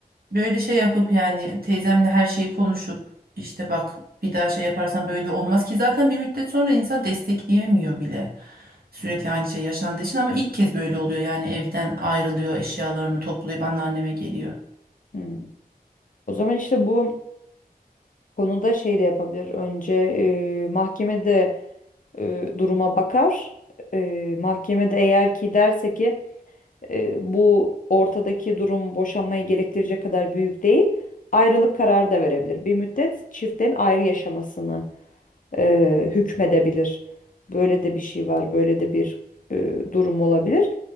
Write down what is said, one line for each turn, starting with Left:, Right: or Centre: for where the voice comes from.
Right: böyle şey yapıp yani teyzemle her şeyi konuşup işte bak bir daha şey yaparsan böyle olmaz ki zaten bir müddet sonra insan destekleyemiyor bile. Sürekli aynı şey yaşandığı için ama ilk kez böyle oluyor yani evden ayrılıyor eşyalarını toplayıp anneanneme geliyor.
Left: Hmm. O zaman işte bu konuda şey de yapabilir. Önce e, mahkemede e, duruma bakar. E, mahkemede eğer ki derse ki e, bu ortadaki durum boşanmayı gerektirecek kadar büyük değil. Ayrılık kararı da verebilir. Bir müddet çiftlerin ayrı yaşamasını e, hükmedebilir. Böyle de bir şey var, böyle de bir e, durum olabilir.